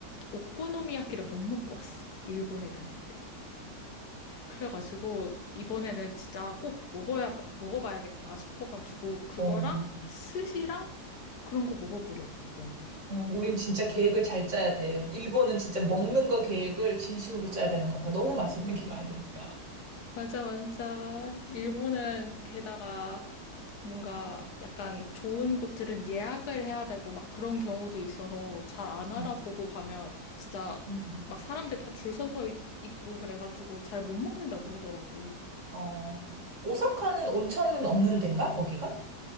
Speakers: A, on the left; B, on the right.
A: 오코노미야키를 못 먹고 왔어. 일본에 갔는데. 그래가지고, 이번에는 진짜 꼭 먹어야, 먹어봐야겠다 싶어가지고, 그거랑
B: 어, 어.
A: 스시랑 그런 거 먹어보려고, 이번에는.
B: 어, 우린 진짜 계획을 잘 짜야 돼. 일본은 진짜 먹는 거 계획을 진심으로 짜야 되는 것 같아. 너무 맛있는 게 많으니까.
A: 맞아, 맞아. 일본은 게다가, 뭔가 약간 좋은 곳들은 예약을 해야 되고 막 그런 경우도 있어서 잘 안 알아보고
B: 음.
A: 가면 진짜
B: 음.
A: 막 사람들 다 줄 서서 이- 있고 그래가지고 잘 못 먹는다 그러더라고.
B: 어, 오사카는 온천은 없는 데인가, 거기가?